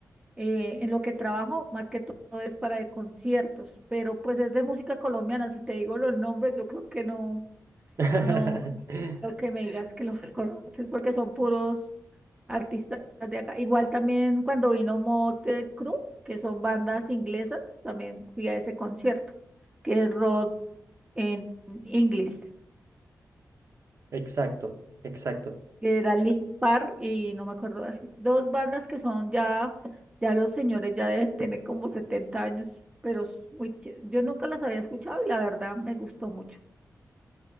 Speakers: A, on the right; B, on the right.
A: eh, en lo que trabajo, más que todo es para de conciertos, pero pues es de música colombiana, si te digo los nombres, yo creo que no
B: <laughs>
A: No, lo que me digas que los <laughs> conoces porque son puros artistas de acá. Igual también cuando vino Motley Crue, que son bandas inglesas, también fui a ese concierto, que es rock en inglés,
B: Exacto, exacto.
A: que era Linkin Park y no me acuerdo, ay, dos bandas que son ya, ya los señores ya deben tener como 70 años, pero es muy ché- yo nunca las había escuchado y la verdad me gustó mucho.